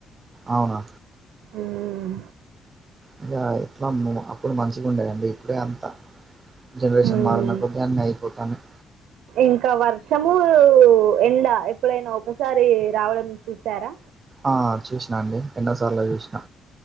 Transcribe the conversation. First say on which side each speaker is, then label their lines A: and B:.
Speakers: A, on the right (about 35°); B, on the right (about 85°).
A: అవునా
B: ఉమ్.
A: ఇంగా ఎట్లా ఉమ్ అప్పుడు మంచిగుండేదండి ఇప్పుడే అంతా జనరేషన్
B: ఉమ్.
A: మారినకొద్దీ అన్నీ అయిపోతాన్నాయి
B: ఇంకా వర్షము ఎండ ఎప్పుడైనా ఒకసారి రావడం చూసారా
A: ఆ చూసినా అండి ఎన్నోసార్లు చూసినా